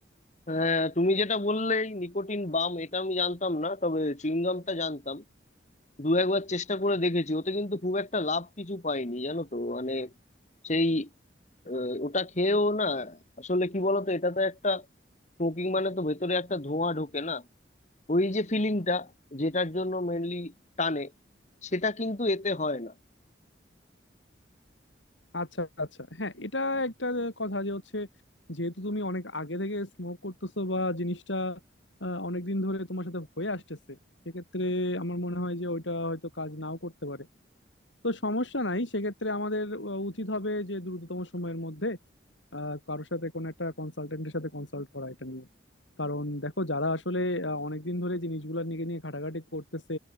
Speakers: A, on the left; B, on the left.
A: হ্যাঁ তুমি যেটা বললে এই নিকোটিন বাম এটা আমি জানতাম না তবে চুইংগামটা জানতাম দু একবার চেষ্টা করে দেখেছি ওতে কিন্তু খুব একটা লাভ কিছু পাইনি জানো তো মানে সেই আহ, ওটা খেয়েও না আসলে কি বলতো এটা তো একটা স্মোকিং মানে তো ভেতরে একটা ধোঁয়া ঢোকে না ওই যে ফিলিংটা যেটার জন্য মেনলি টানে সেটা কিন্তু এতে হয় না
B: আচ্ছা আচ্ছা হ্যাঁ এটা একটা কথা যে হচ্ছে যেহেতু তুমি অনেক আগে থেকে স্মোক করতেছো বা জিনিসটা অনেক দিন ধরে তোমার সাথে হয়ে আসতেছে সেক্ষেত্রে আমার মনে হয় যে ওইটা হয়তো কাজ নাও করতে পারে তো সমস্যা নাই সেক্ষেত্রে আমাদের আহ, উচিত হবে যে দ্রুততম সময়ের মধ্যে আহ, কারোর সাথে কোনো একটা কনসালটেন্টের সাথে কনসাল্ট করা এটা নিয়ে কারণ দেখো যারা আসলে আহ, অনেকদিন ধরে জিনিসগুলো নিয়ে নিয়ে ঘাটাঘাটি করতেছে